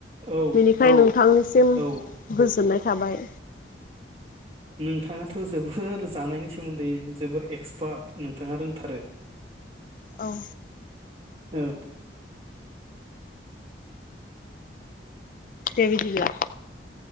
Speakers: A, on the right; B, on the left.
A: औ
B: बेनिखाय नोंथांनिसिम
A: औ
B: गोजोननाय थाबाय
A: नोंथाङाथ' जोबोर जानायनि सोमोन्दै जोबोर एकस पार्ट नोंथाङा रोंथारो
B: औ।
A: ओं।
B: दे बिदिब्ला